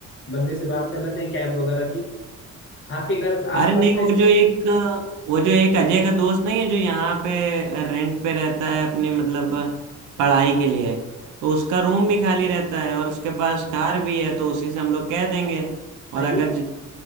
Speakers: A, on the left; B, on the right.
A: बंदे से बात कर लेते हैं कैब वगैरह की आपके घर आसपास
B: अरे नहीं
A: पे
B: वो जो एक वो जो एक अजय का दोस्त नहीं है जो यहाँ पे रेंट पे रहता है अपनी मतलब पढ़ाई के लिए तो उसका रूम भी खाली रहता है और उसके पास कार भी है तो उसी से हम लोग कह देंगे और
A: सही
B: अगर
A: है